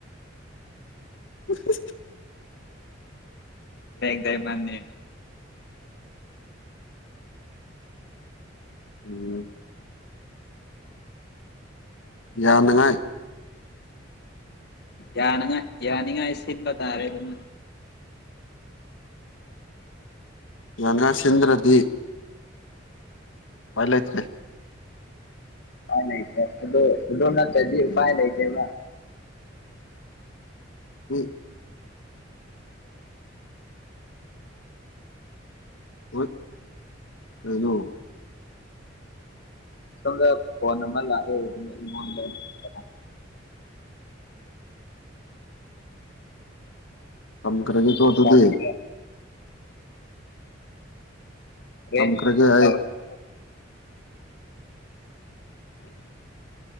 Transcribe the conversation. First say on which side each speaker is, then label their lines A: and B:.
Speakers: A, on the left; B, on the left.
A: <unintelligible>
B: ꯕꯂꯦꯛꯗꯥꯏꯃꯥꯟꯅꯦ
A: ꯎꯝ ꯌꯥꯅꯉꯥꯏ
B: ꯌꯥꯅꯉꯥꯏ ꯌꯥꯅꯤꯡꯉꯥꯏ ꯁꯤꯟꯕ ꯇꯥꯔꯦꯗꯅ
A: ꯌꯥꯅꯉꯥꯏ ꯁꯤꯟꯗ꯭ꯔꯗꯤ ꯄꯥꯏꯂꯩꯇꯔꯦ
B: ꯄꯥꯏ ꯂꯩꯇꯦ ꯑꯗꯣ ꯑꯗꯣꯅꯠꯇꯗꯤ
A: ꯎꯝ
B: ꯄꯥꯏ ꯂꯩꯇꯦꯕ
A: ꯎꯝ ꯕꯨꯠ ꯀꯩꯅꯣ
B: ꯁꯣꯝꯗ ꯐꯣꯟ ꯑꯃ ꯂꯥꯛꯑꯦ ꯑꯩꯉꯣꯟꯗ <unintelligible>
A: ꯊꯝꯈ꯭ꯔꯒꯦꯀꯣ
B: ꯂꯩꯁꯥꯕꯤꯅ
A: ꯑꯗꯨꯗꯤ
B: ꯍꯣꯔꯦꯟ
A: ꯊꯝꯈ꯭ꯔꯒꯦꯑꯩ
B: ꯇꯧꯔꯛꯀꯦꯀꯣ <unintelligible>